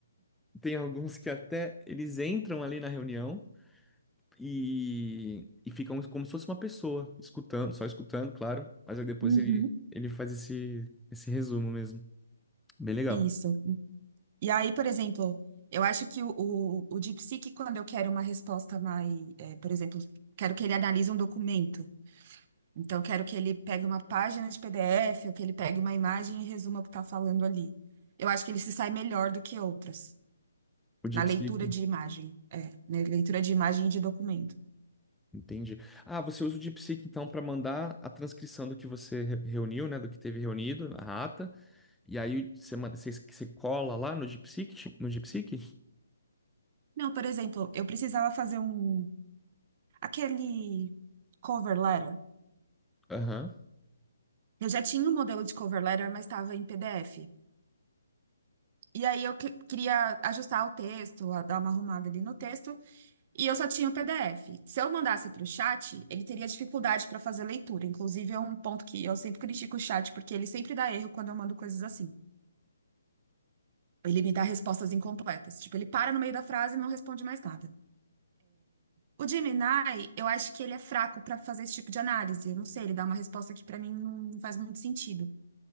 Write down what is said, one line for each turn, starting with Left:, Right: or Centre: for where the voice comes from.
Centre: tem alguns que até eles entram ali na reunião e, e ficam como se fosse uma pessoa, escutando, só escutando, claro. Mas aí depois
Right: Uhum.
Centre: ele, ele faz esse, esse resumo mesmo. Bem legal.
Right: Isso. E aí, por exemplo, eu acho que o, o, o DeepSeek, quando eu quero uma resposta mais, é, por exemplo, quero que ele analise um documento. Então, quero que ele pegue uma página de PDF ou que ele pegue uma imagem e resuma o que está falando ali. Eu acho que ele se sai melhor do que outras.
Centre: O DeepSeek,
Right: Na leitura de imagem, é, na Leitura de imagem e de documento.
Centre: entendi. Ah, você usa o DeepSeek então para mandar a transcrição do que você re- reuniu, né? Do que teve reunido na ata. E aí você, man- você, você cola lá no DeepSeek, no DeepSeek?
Right: Não, por exemplo, eu precisava fazer um, aquele cover letter.
Centre: Aham,
Right: Eu já tinha um modelo de cover letter, mas estava em PDF. E aí eu que- queria ajustar o texto, a- dar uma arrumada ali no texto, e eu só tinha o PDF. Se eu mandasse para o chat, ele teria dificuldade para fazer leitura. Inclusive, é um ponto que eu sempre critico o chat, porque ele sempre dá erro quando eu mando coisas assim. Ele me dá respostas incompletas. Tipo, ele para no meio da frase e não responde mais nada. O Gemini, eu acho que ele é fraco pra fazer esse tipo de análise. Eu não sei, ele dá uma resposta que pra mim não faz muito sentido.